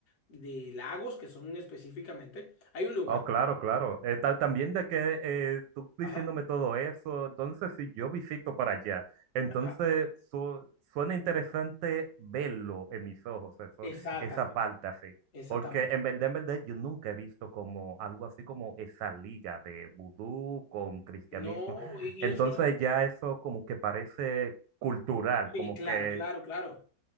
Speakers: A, on the left (about 45°); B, on the right (about 80°).
A: de lagos que son específicamente. Hay un lugar,
B: Oh, claro, claro. Eh, tal, también de que eh, tú diciéndome
A: ajá,
B: todo eso, entonces si yo visito para allá, entonces
A: ajá,
B: su- suena interesante verlo en mis ojos, eso,
A: exactamente,
B: esa parte así.
A: exactamente.
B: Porque en verdad, en verdad, yo nunca he visto como algo así como esa liga de vudú con cristianismo.
A: No, y,
B: Entonces
A: y no solo,
B: ya eso como que parece cultural,
A: sí,
B: como
A: claro,
B: que,
A: claro, claro.